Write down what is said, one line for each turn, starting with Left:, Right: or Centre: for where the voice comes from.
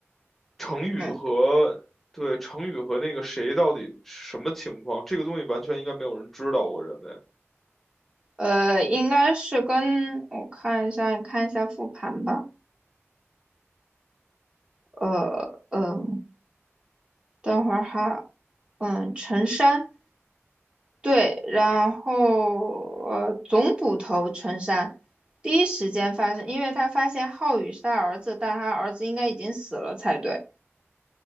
Centre: 程宇和对程宇和那个谁到底什么情况？
Right: 嗯，
Centre: 这个东西完全应该没有人知道，我认为，
Right: 呃，应该是跟我看一下，你看一下复盘吧。呃，嗯、呃等会儿哈，嗯，陈山。对，然后呃，总捕头陈山第一时间发现，因为他发现浩宇是他儿子，但他儿子应该已经死了才对。